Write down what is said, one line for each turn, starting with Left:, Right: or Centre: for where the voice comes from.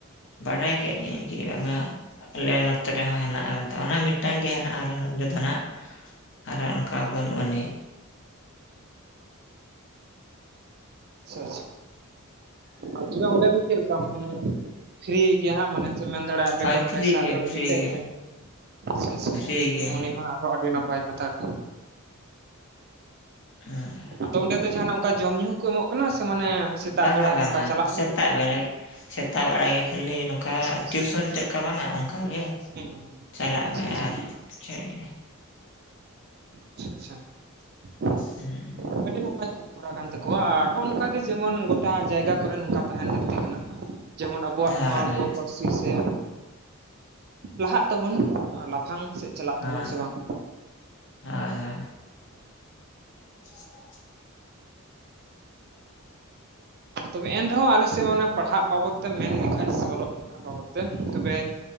Left: ᱵᱟᱲᱟᱭ ᱠᱮᱫᱟᱧ ᱠᱤ ᱚᱱᱟ ᱟᱞᱮ ᱱᱚᱛᱮ ᱨᱮᱦᱚᱸ ᱦᱮᱱᱟᱜᱼᱟ ᱢᱮᱱᱛᱮ ᱚᱱᱟ ᱢᱤᱫᱴᱟᱝ ᱜᱮ ᱦᱮᱱᱟᱜᱼᱟ ᱟᱞᱮ ᱱᱚᱰᱮ ᱫᱚ ᱱᱟᱜ ᱟᱨᱦᱚᱸ ᱚᱱᱠᱟ ᱵᱟᱹᱱᱩᱜ ᱟᱹᱱᱤᱡ
Right: ᱟᱪᱪᱷᱟ ᱟᱪᱪᱷᱟ ᱛᱚᱵᱮ ᱚᱸᱰᱮ ᱫᱚ ᱪᱮᱫ ᱞᱮᱠᱟ ᱢᱟᱱᱮ ᱯᱷᱤᱨᱤ ᱜᱮᱭᱟ ᱦᱟᱸᱜ ᱢᱟᱱᱮ ᱥᱮ ᱢᱮᱱ ᱫᱟᱲᱮᱭᱟᱜᱼᱟ ᱵᱮᱜᱚᱨ
Left: ᱦᱳᱭ ᱯᱷᱨᱤ
Right: ᱯᱟᱭᱥᱟ
Left: ᱜᱮ
Right: ᱠᱟᱹᱣᱰᱤ
Left: ᱯᱷᱨᱤ
Right: ᱛᱮ
Left: ᱜᱮ
Right: ᱥᱮ᱾ ᱟᱪᱪᱷᱟ ᱟᱪᱪᱷᱟ
Left: ᱯᱷᱨᱤ ᱜᱮ
Right: ᱢᱟ ᱟᱨᱦᱚᱸ ᱟᱹᱰᱤ ᱱᱟᱯᱟᱭ ᱠᱟᱛᱷᱟ ᱠᱟᱱ᱾
Left: ᱦᱮᱸ
Right: ᱟᱫᱚ ᱚᱸᱰᱮ ᱫᱚ ᱡᱟᱦᱟᱱᱟᱜ ᱚᱱᱠᱟ ᱡᱚᱢ ᱧᱩ ᱠᱚ ᱮᱢᱚᱜ ᱠᱟᱱᱟ ᱥᱮ ᱢᱟᱱᱮ ᱥᱮᱛᱟᱜ
Left: ᱵᱟᱝᱟ
Right: ᱵᱮᱲᱟ
Left: ᱵᱟᱝᱟ
Right: ᱱᱚᱝᱠᱟ ᱪᱟᱞᱟᱜ
Left: ᱥᱮᱛᱟᱜ
Right: ᱢᱮ
Left: ᱵᱮᱲᱟ ᱥᱮᱛᱟᱜ ᱵᱮᱲᱟ ᱜᱮ ᱠᱷᱟᱹᱞᱤ ᱱᱚᱝᱠᱟ
Right: ᱟᱪᱪᱷᱟ ᱟᱪᱪᱷᱟ
Left: ᱴᱤᱭᱩᱥᱚᱱ ᱪᱮᱫᱠᱟ ᱵᱟᱝᱟ ᱚᱱᱠᱟᱜᱮ
Right: ᱦᱮᱸ ᱟᱪᱪᱷᱟ
Left: ᱪᱟᱞᱟᱜ ᱢᱮ
Right: ᱟᱪᱪᱷᱟ
Left: ᱟᱨ ᱪᱮᱫ
Right: ᱟᱪᱪᱷᱟ ᱟᱪᱪᱷᱟ <inaudible>
Left: ᱦᱮᱸ
Right: ᱟᱹᱰᱤ ᱱᱟᱯᱟᱭ ᱠᱟᱹᱢᱤ ᱦᱚᱨᱟ ᱠᱟᱱ ᱛᱟᱠᱚᱣᱟ ᱟᱨ ᱱᱚᱜᱼᱚᱭ ᱱᱚᱝᱠᱟ ᱜᱮ ᱡᱮᱢᱚᱱ ᱜᱚᱴᱟ ᱡᱟᱭᱜᱟ ᱠᱚᱨᱮ ᱱᱚᱝᱠᱟ ᱛᱟᱦᱮᱱ ᱛᱟᱠᱚ ᱞᱟᱹᱠᱛᱤ ᱠᱟᱱᱟ ᱡᱮᱢᱚᱱ ᱟᱵᱚᱣᱟᱜ
Left: ᱦᱳᱭ
Right: ᱱᱚᱣᱟ ᱜᱚ ᱯᱟᱹᱨᱥᱤ ᱥᱮ ᱞᱟᱦᱟᱜ ᱛᱟᱵᱚᱱ ᱞᱟᱯᱷᱟᱝ ᱥᱮᱫ᱾ ᱪᱟᱞᱟᱜ
Left: ᱦᱮᱸ
Right: ᱛᱟᱵᱚᱱ ᱥᱮ ᱵᱟᱝ
Left: ᱦᱮᱸ ᱦᱮᱸ <unintelligible>
Right: ᱛᱚᱵᱮ ᱮᱱᱨᱮᱦᱚᱸ ᱟᱞᱮ ᱥᱮᱫ ᱢᱟ ᱟᱱᱮ ᱯᱟᱲᱦᱟᱜ ᱵᱟᱵᱚᱫ ᱛᱮᱢ ᱢᱮᱱ ᱞᱮᱠᱷᱟᱡ ᱥᱮ ᱚᱞᱚᱜ ᱯᱟᱲᱦᱟᱜ ᱵᱟᱵᱚᱫ ᱛᱮ ᱛᱚᱵᱮ